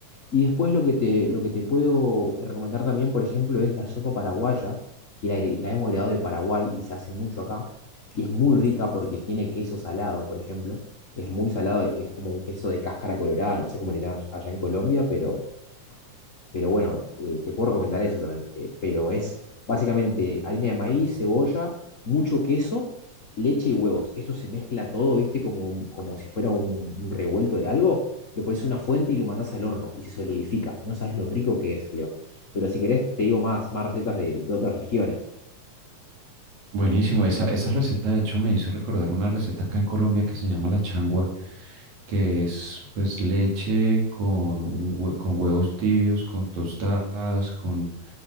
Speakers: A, on the left; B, on the right.
A: Y después lo que te, lo que te puedo recomendar también, por ejemplo, es la sopa paraguaya, que la, here- la hemos heredado de Paraguay y se hace mucho acá. Y es muy rica porque tiene queso salado, por ejemplo. Es muy salado, es como un queso de cáscara colorada, no sé cómo le dirán allá en Colombia, pero pero bueno, eh, te puedo recomendar eso también. eh, pero es básicamente harina de maíz, cebolla, mucho queso, leche y huevos. Esto se mezcla todo, ¿viste? Como, un- como si fuera un, un revuelto de algo. Lo pones en una fuente y lo mandás al horno y se solidifica. No sabes lo rico que es, Leo. Pero si querés, te digo más, más recetas de, de otras regiones.
B: Buenísimo, esa, esa receta de hecho me hizo recordar una receta acá en Colombia que se llama la changua que es pues leche con, un hue- con huevos tibios, con tostadas, con,